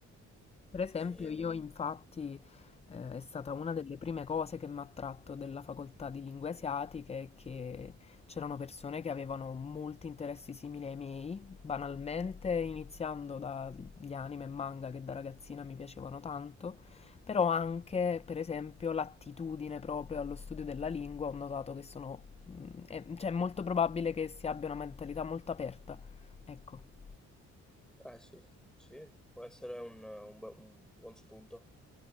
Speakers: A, on the left (about 20°); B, in the centre.
A: Per esempio,
B: E-
A: io infatti eh, è stata una delle prime cose che mi ha attratto della facoltà di lingue asiatiche è che c'erano persone che avevano molti interessi simili ai miei, banalmente iniziando dagli anime e manga che da ragazzina mi piacevano tanto, però anche, per esempio, l'attitudine proprio allo studio della lingua, ho notato che sono, mm, è- cioè, è molto probabile che si abbia una mentalità molto aperta. Ecco.
B: Eh, sì, sì, può essere un, un bu- un buon spunto.